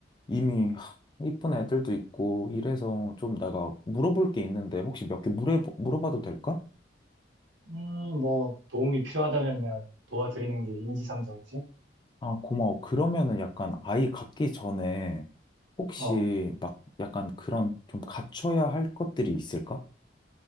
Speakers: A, on the left; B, on the right.
A: 이미 하, 이쁜 애들도 있고 이래서 좀 내가 물어볼 게 있는데 혹시 몇 개 물어, 물어봐도 될까?
B: 음, 뭐, 도움이 필요하다면야 도와드리는 게 인지상정이지.
A: 아, 고마워. 그러면은 약간 아이 갖기 전에 혹시
B: 어,
A: 막 약간 그런 좀 갖춰야 할 것들이 있을까?